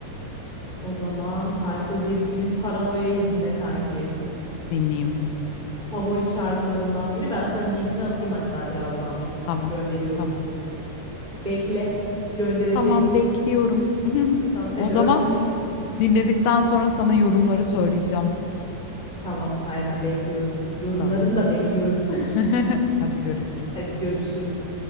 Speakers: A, on the right; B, on the left.
A: O zaman Hayko Cepkin'in Paranoya'yı dinle kanki.
B: Dinleyeyim.
A: Favori şarkılarımdan biri. Ben sana linkini atayım hatta birazdan dur.
B: Tamam.
A: Gönderiyorum
B: Tamam.
A: şimdi. Bekle. Göndereceğim.
B: Tamam bekliyorum. <laughs>
A: Tamam
B: O
A: hadi
B: zaman
A: öptüm şimdi.
B: dinledikten sonra sana yorumları söyleyeceğim.
A: Tamam aynen bekliyorum. Yorumlarını
B: Tamam.
A: da bekliyorum.
B: <laughs> Hadi görüşürüz.
A: <laughs> Hadi görüşürüz.